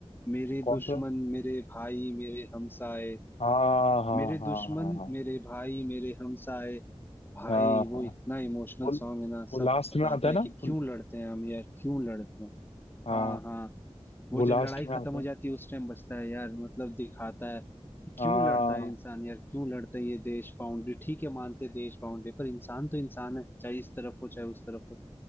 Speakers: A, on the left; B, on the left.
A: मेरे
B: कौन
A: दुश्मन
B: सा
A: मेरे भाई मेरे हमसाए
B: हाँ हाँ
A: मेरे
B: हाँ
A: दुश्मन
B: हाँ हाँ
A: मेरे भाई मेरे हमसाए भाई
B: हाँ
A: वो
B: हाँ।
A: इतना इमोशनल
B: वो
A: सॉन्ग है ना
B: वो
A: सब
B: लास्ट
A: बताता
B: में आता है
A: है
B: ना
A: कि
B: वो-
A: क्यों लड़ते हैं हम यार क्यों लड़ते हैं
B: हाँ
A: हाँ हाँ वो
B: वो
A: जब
B: लास्ट
A: लड़ाई
B: में
A: खत्म
B: आता
A: हो
B: है
A: जाती है उस टाइम बचता है यार मतलब दिखाता है कि
B: हाँ
A: क्यों लड़ता है इंसान यार क्यों लड़ता है ये देश बाउंड्री ठीक है मानते हैं देश बाउंड्री पर इंसान तो इंसान है चाहे इस तरफ हो चाहे उस तरफ हो